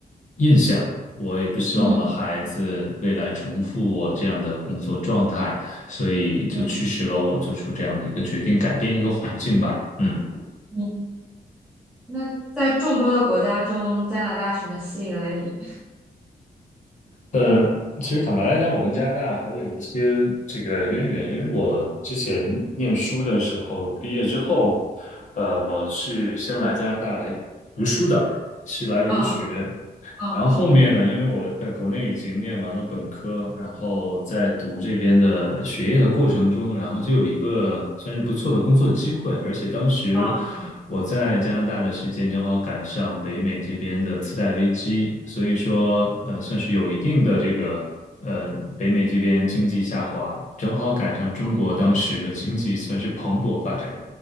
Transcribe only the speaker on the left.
印象，我也不希望我的孩子未来重复我这样的工作状态。
所以就驱使了我做出这样的一个决定，
改变一个环境吧。嗯
嗯，其实坦白来讲，我跟加拿大还有一些这个渊源，因为我之前念书的时候，毕业之后，呃，我是先来加拿大来读书的，是来留学。
然后后面呢，因为我在国内已经念完了本科，然后在读这边的学业的过程中，然后就有一个算是不错的工作机会，而且当时
我在加拿大的时间正好赶上北美这边的次贷危机，所以说呃算是有一定的这个呃北美这边经济下滑，正好赶上中国当时的经济算是蓬勃发展。